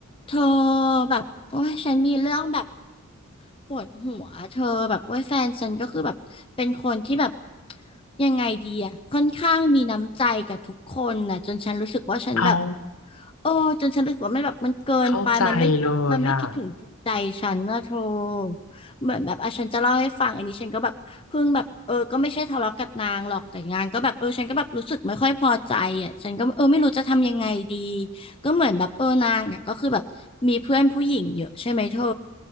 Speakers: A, on the left; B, on the left.
A: เธอแบบโอ้ยฉันมีเรื่องแบบ ปวดหัวเธอแบบว่าแฟนฉันก็คือแบบเป็นคนที่แบบยังไงดีอะค่อนข้างมีน้ำใจกับทุกคนนะจนฉันรู้สึกว่าฉันแบบ
B: เอา
A: โอ้จนฉันรู้สึกว่ามันแบบมันเกินไปมันไม่มันไม่คิดถึงจิตใจฉันนะเธอ
B: เข้าใจเลยอ่ะ
A: เหมือนแบบอ่ะฉันจะเล่าให้ฟังอันนี้ฉันก็แบบเพิ่งแบบเออก็ไม่ใช่ทะเลาะกับนางหรอกแต่งานก็แบบเออฉันก็แบบรู้สึกไม่ค่อยพอใจอ่ะฉันก็เออไม่รู้จะทำยังไงดีก็เหมือนแบบเออนางอ่ะก็คือแบบมีเพื่อนผู้หญิงเยอะใช่ไหมเธอ